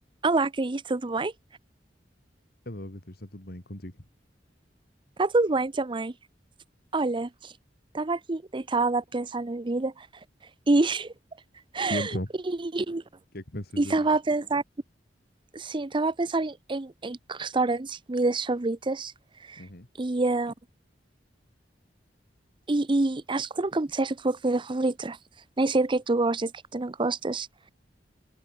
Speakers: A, on the right; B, on the left.
A: Olá, Cris, tudo bem?
B: Hello, Beatriz, está tudo bem contigo?
A: Tá tudo bem também. Olha, tava aqui deitada a pensar na vida e <laughs>
B: O E então?
A: e
B: que é que pensas
A: e
B: da
A: tava
B: vida?
A: a pensar, sim, tava a pensar em, em, em restaurantes e comidas favoritas
B: Uhum.
A: e, ah, e, e acho que tu nunca me disseste a tua comida favorita. Nem sei do que é que tu gostas, do que é que tu não gostas.